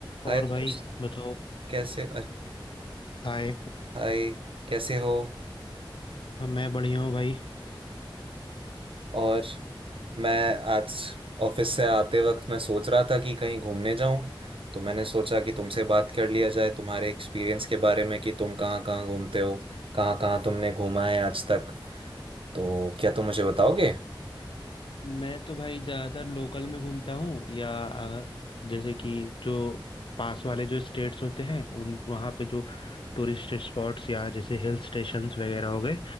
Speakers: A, on the left; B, on the right.
A: और
B: हाय दोस्त
A: भाई बताओ
B: कैसे अरे
A: हाय
B: हाय कैसे हो
A: हाँ, मैं बढ़िया हूँ भाई
B: और मैं आज ऑफिस से आते वक्त मैं सोच रहा था कि कहीं घूमने जाऊं तो मैंने सोचा कि तुमसे बात कर लिया जाए तुम्हारे एक्सपीरियंस के बारे में कि तुम कहाँ कहाँ घूमते हो कहाँ कहाँ तुमने घूमा है आज तक तो क्या तुम मुझे बताओगे
A: मैं तो भाई ज़्यादातर लोकल में घूमता हूँ या आ, जैसे कि जो पास वाले जो स्टेट्स होते हैं उन वहाँ पे जो टूरिस्ट स्पॉट्स या जैसे हिल स्टेशंस वगैरह हो गए